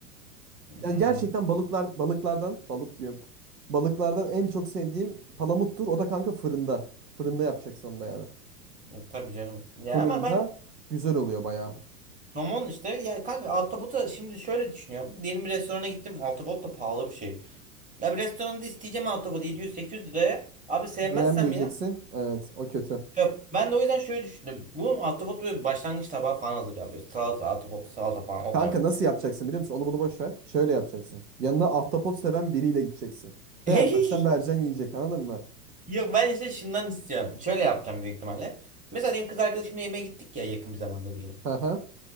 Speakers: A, on the right (about 15°); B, on the right (about 85°).
A: Hmm.
B: Yani gerçekten balıklar balıklardan balık diyorum. Balıklardan en çok sevdiğim palamuttur. O da kanka fırında. Fırında yapacaksın onu da yani.
A: E, tabii canım. Ya
B: Fırında
A: ama ben
B: güzel oluyor bayağı.
A: somon işte ya kanka altabota şimdi şöyle düşünüyorum. Diyelim bir restorana gittim. Altabot da pahalı bir şey. Ya bir restoranda isteyeceğim altabot 700-800 liraya. Abi sevmezsem
B: Beğenmeyeceksin.
A: ya.
B: Evet, o kötü.
A: Yok, Ben de o yüzden şöyle düşündüm. Bu ahtapot böyle başlangıç tabağı falan hazırlıyorum. Böyle salata, ahtapot, salata falan o
B: Kanka
A: tarz.
B: nasıl yapacaksın biliyor musun? Onu bunu boş ver. Şöyle yapacaksın. Yanına ahtapot seven biriyle gideceksin.
A: <laughs>
B: Beğenmezsen vereceksin yiyecek. Anladın mı?
A: Yok ben işte şundan istiyorum. Şöyle yapacağım büyük ihtimalle. Mesela diyelim kız arkadaşımla yemeğe gittik ya yakın bir zamanda diyelim.
B: Hı hı.